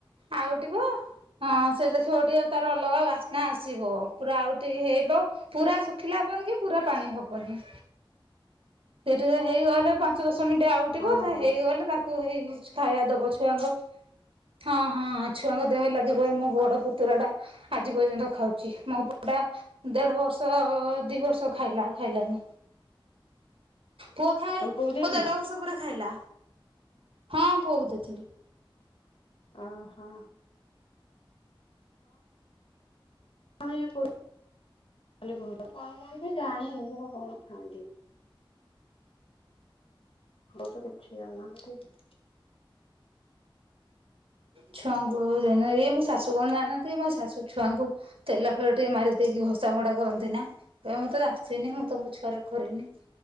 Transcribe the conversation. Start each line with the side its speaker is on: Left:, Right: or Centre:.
Right: ଆଉ ଟିବ ହଁ ସେ ଦେଖିବ ଟିକେ ଆଉ ତାର ଅଲଗା ବାସ୍ନା ଆସିବ ପୁରା ଆଉଟେଇ ହେବ ପୁରା ଶୁଖିଲା ହବନି କି ପୁରା ପାଣି ହବନି ସେଠି ହେଇଗଲେ ପାଞ୍ଚ ଦଶ ମିନିଟ ଆଉଟିବ
Left: ଓହୋ
Right: ତା ହେଇଗଲେ ତାକୁ ହେଇ ଖାଇବା ଦବ ଛୁଆଙ୍କ ହଁ ହଁ ଛୁଆଙ୍କ ଦେହ ଲାଗିବ ମୋ ବଡ ପୁତୁରା ଟା ଆଜି ପର୍ଯ୍ୟନ୍ତ ଖାଉଛି ମୋ ପୁଅ ଟା ଦେଢ ବର୍ଷ ଦି ବର୍ଷ ଖାଇଲା ଆଉ ଖାଇଲାନି ପୁଅ ଖାଏ
Left: ତମ
Right: ପୁଅ
Left: ବୋଉ ଦେଇଥିଲ
Right: ଦେଢ ବର୍ଷ ପରେ ଖାଇଲା ହଁ ପୁଅକୁ ଦେଇଥିଲି
Left: ଓହୋ <unintelligible> କାଲି ଘର କଣ କୁହନ୍ତି ଜାଣ ନିଜଟା କଣ ଖାଆନ୍ତି <inaudible> ବୋଉ ତ କିଛି ଜାଣିନାହାନ୍ତି
Right: ଛୁଆଙ୍କୁ ଜଣେ ଏଇ ମୋ ଶାଶୁ କଣ ଜାଣନ୍ତି ମୋ ଶାଶୁ ଛୁଆଙ୍କୁ ତେଲା ଫେଲ ଟିକେ ମାରି ଦେଇକି ଘସାମୋଡା କରନ୍ତି ନା କହିବେ ମୋତେ ତ ଆସେନି ମୁଁ ତ ମୋ ଛୁଆର କରିନି